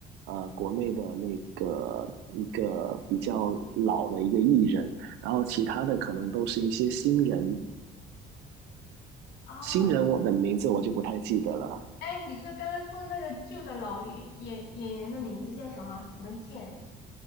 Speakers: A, on the right; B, on the left.
A: 呃，国内的那个一个比较老的一个艺人，然后其他的可能都是一些新人，
B: 哦，
A: 新人我的名字我就不太记得了，
B: 哎，你说刚刚说的那个旧的老演演演员的名字叫什么？什么剑？